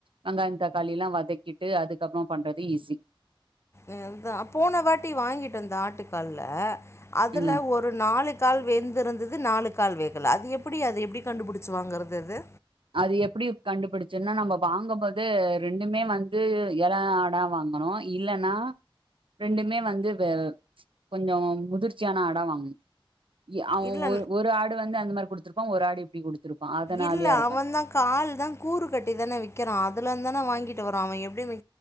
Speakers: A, on the right (about 65°); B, on the left (about 30°).
A: வெங்காயம் தக்காளில்லா வதக்கிட்டு அதுக்கப்பறோ பண்றது ஈஸி
B: ம் அதா போன வாட்டி வாங்கிட்டு வந்த ஆட்டுக்கால்ல அதுல
A: ம்
B: ஒரு நாலு கால் வெந்திருந்தது நாலு கால் வேகல அது எப்டி அது எப்டி கண்டுபிடிச்சு வாங்கறது அது
A: அது எப்டி கண்டுபிடிச்சுன்னா நம்ம வாங்கும்போது ரெண்டுமே வந்து எல ஆடா வாங்கணு இல்லன்னா ரெண்டுமே வந்து கொஞ்சோ முதிர்ச்சியான ஆடா வாங்கணு எ அவன்
B: இல்ல
A: ஒரு ஆடு வந்து அந்த மாரி குடுத்திருப்பான் ஒரு ஆடு எப்டி குடுத்துரு அதனாலயாருக்கு
B: இல்ல அவன் தான் கால் தா கூறு கட்டி தானே விக்கிறான் அதுலந்து தானே வாங்கிட்டு வறோ அவன் எப்டி வி